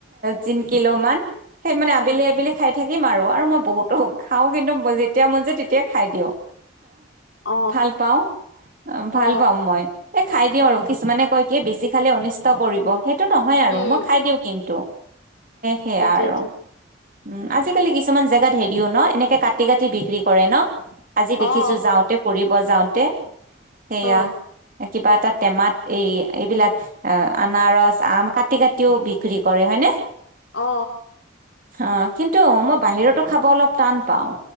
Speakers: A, on the right (about 45°); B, on the left (about 70°).
A: তিন কিলো মান সেই মানে আবেলি
B: উম
A: আবেলি খাই থাকিম আৰু আৰু মই বহুতো খাওঁ কিন্তু যেতিয়া মন যায় তেতিয়াই খাই দিওঁ
B: অ
A: ভাল পাওঁ
B: অ
A: ভাল পাওঁ মই এ খাই দিওঁ আৰু কিছুমানে কয় কি বেছি খালে অনিষ্ট কৰিব সেইটো নহয় আৰু
B: উম
A: মই খাই দিওঁ কিন্তু এ সেয়া
B: সেইটোৱেটো
A: আৰু উ আজিকালি কিছুমান জে হেৰিও ন এনেকে কাটি কাটি বিক্ৰী কৰে ন আজি
B: অ
A: দেখিছো যাওঁতে পৰি যাওঁতে সেয়া
B: অ
A: কিবা এটা টেমাত এই এইবিলাক আনাৰস আম কাটি কাটিও বিক্ৰী কৰে হয়নে
B: অ
A: অ' কিন্তু মই বাহিৰতো খাব অলপ টান পাওঁ